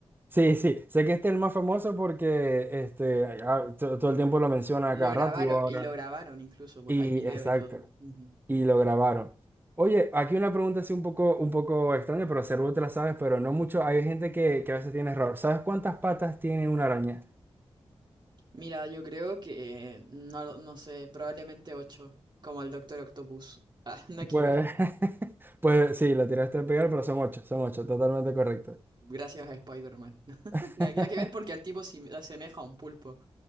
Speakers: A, on the right; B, on the right.
A: sí, sí, sé que este es el más famoso porque este, ah, to- todo el tiempo lo menciona
B: Lo
A: a cada
B: grabaron,
A: rato y ahora.
B: y lo grabaron incluso, pues
A: Y
B: hay video
A: exacto.
B: y todo. Ujú.
A: y lo grabaron. Oye, aquí una pregunta así un poco, un poco extraña, pero seguro te la sabes, pero no mucho. Hay gente que, que a veces tiene error. ¿Sabes cuántas patas tiene una araña?
B: Mira, yo creo que eh, no, lo- no sé, probablemente 8 como el Doctor Octopus. Ah, <laughs> nada que
A: Pues,
B: ver.
A: <laughs> pues sí, la tiraste a pegar, pero son ocho, son ocho, totalmente correcto.
B: Gracias a Spider-Man. <laughs>
A: <laughs>
B: Nada nada que ver porque al tipo se asemeja a un pulpo.